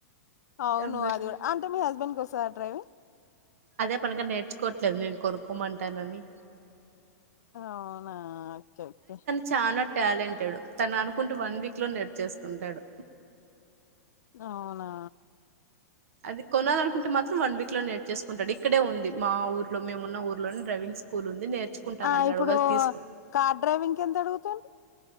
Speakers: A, on the left; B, on the right.
A: అవును
B: అందు
A: అది కూడా అంటే మీ హస్బెండ్ కి వస్తాద డ్రైవింగ్
B: అదే పనీగా నేర్చుకోట్లేదు నేను కొనుక్కోమంటానని
A: అవునా అయితే అయితే
B: చానా టాలెంటెడ్ తను అనుకుంటే వన్ వీక్ లో నేర్చేసుకుంటాడు
A: అవునా
B: అది కొనాలనుకుంటే మాత్రం వన్ వీక్ లో నేర్చేసుకుంటాడు ఇక్కడే ఉంది మా ఊర్లో మేము ఉన్న ఊర్లోనే డ్రైవింగ్ స్కూల్ ఉంది నేర్చుకుంటా
A: ఆ
B: అన్నాడు
A: ఇప్పుడు
B: ఒకాలి తీసుకో
A: కార్ డ్రైవింగ్ ఎంత అడుగుతుంది